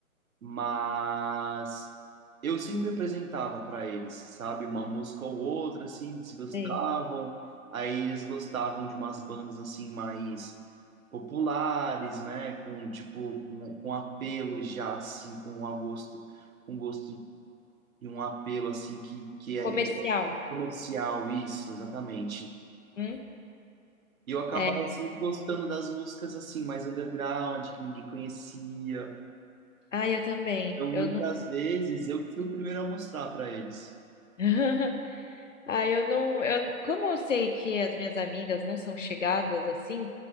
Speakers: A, on the right; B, on the left.
A: mas eu sempre apresentava para eles, sabe, uma música ou outra, assim, eles gostavam,
B: Sei.
A: aí eles gostavam de umas bandas, assim, mais populares, né, com, tipo, com, com apelo já, assim, com um gosto, um gosto e um apelo assim que, que
B: Comercial.
A: é comercial, isso, exatamente.
B: Hum?
A: E eu acabava
B: É.
A: sempre gostando das músicas assim, mais underground, que ninguém conhecia.
B: Ah, eu também,
A: Então,
B: eu
A: muitas
B: não...
A: vezes, eu que fui o primeiro a mostrar para eles.
B: <laughs> Ah, eu não, eu, como eu sei que as minhas amigas não são chegadas assim,